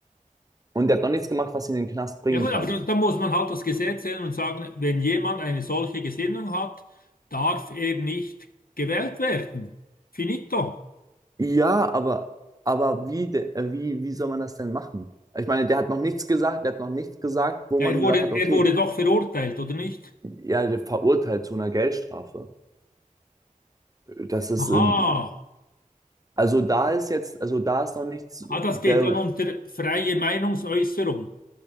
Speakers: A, on the right (about 25°); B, on the left (about 85°).
A: Und der hat noch nichts gemacht, was ihn in den Knast bringen
B: Ja gut,
A: kann.
B: aber da, da muss man halt das Gesetz ändern und sagen, wenn jemand eine solche Gesinnung hat, darf er nicht gewählt werden. Finito.
A: Ja, aber, aber wie, de- äh, wie, wie soll man das denn machen? Ich meine, der hat noch nichts gesagt, der hat noch nichts gesagt, wo
B: Ja,
A: man
B: er wurde,
A: gesagt
B: er
A: hat, okay,
B: wurde doch verurteilt, oder nicht?
A: ja, der verurteilt zu einer Geldstrafe. Das ist,
B: Aha.
A: in, Also da ist jetzt, also da ist noch nichts,
B: Ah, das
A: der,
B: geht dann unter freie Meinungsäußerung.